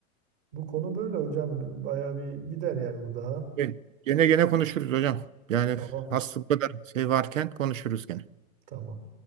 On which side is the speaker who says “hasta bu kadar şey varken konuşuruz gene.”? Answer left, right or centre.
Right